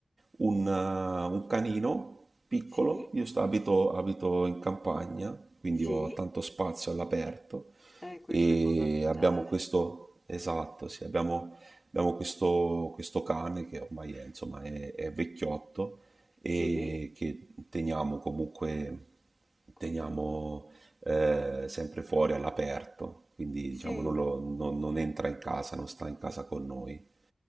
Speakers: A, on the right (about 55°); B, on the left (about 25°).
A: un, eh, un canino piccolo,
B: Sì,
A: io sto- abito,
B: sì,
A: abito in campagna, quindi
B: sì.
A: ho tanto spazio all'aperto
B: Eh, questo
A: e
B: è fondamentale.
A: abbiamo questo, esatto, sì, abbiamo, abbiamo questo, questo cane che ormai è, insomma, è è vecchiotto e
B: Sì,
A: che teniamo comunque
B: con
A: teniamo
B: cura.
A: eh, sempre fuori all'aperto, quindi
B: Sì,
A: diciamo non, lo- non- non entra in casa, non sta in casa con noi.